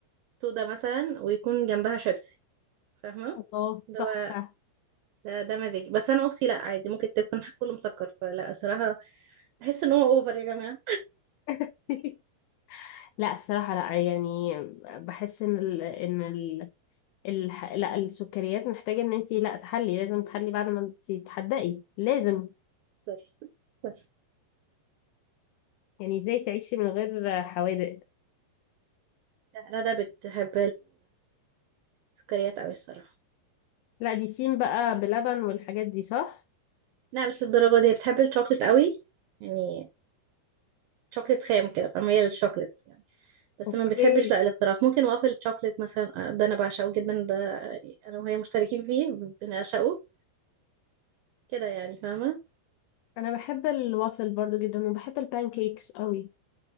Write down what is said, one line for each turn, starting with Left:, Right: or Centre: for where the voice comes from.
Right: سودا مثلا ويكون جنبها شيبسي فاهمة
Left: الله
Right: ده
Left: تحفة
Right: هو- ده ده مزاجي بس انا اختي لا عادي ممكن تكون كله مسكر فلا الصراحة بحس ان هو اوفر يا جماعة
Left: <laughs> لا الصراحة لا يعني بحس ان ال ان ال الح... لا السكريات محتاجة ان انتي لا تحلي لازم تحلي بعد ما انتي تحدقي لازم
Right: سوري سوري
Left: يعني ازاي تعيشي من غير حوادق
Right: لا لا، ده بتحب السكريات قوي الصراحة
Left: لا دي سين بقى بلبن والحاجات دي صح؟
Right: لا مش للدرجة دي هي بتحب الشوكليت قوي يعني شوكليت خام كده فميال للشوكليت يعني بس
Left: اوكي
Right: ما بتحبش لا الاختراعات ممكن وافل شوكليت مثلا آه، ده انا بعشقه جدا ده يعني انا وهي مشتركين فيه بنعشقه كده يعني فاهمه
Left: انا بحب الوافل برضو جدا وبحب البانكيكس قوي